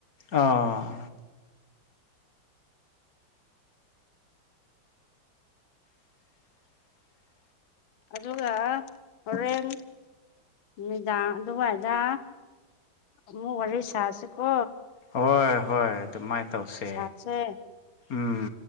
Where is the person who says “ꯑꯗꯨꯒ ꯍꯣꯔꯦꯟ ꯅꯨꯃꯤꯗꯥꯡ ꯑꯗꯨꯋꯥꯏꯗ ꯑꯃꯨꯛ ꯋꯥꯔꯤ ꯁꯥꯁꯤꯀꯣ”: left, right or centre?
Left